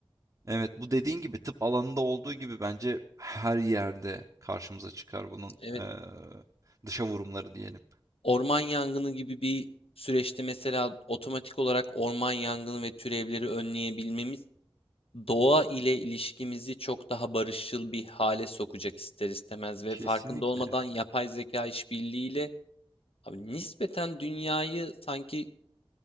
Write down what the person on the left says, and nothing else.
Evet,
orman yangını gibi bir süreçte mesela otomatik olarak orman yangını ve türevleri önleyebilmemiz doğa ile ilişkimizi çok daha barışçıl bir hale sokacak ister istemez ve
farkında olmadan
yapay zeka işbirliğiyle abi nispeten dünyayı sanki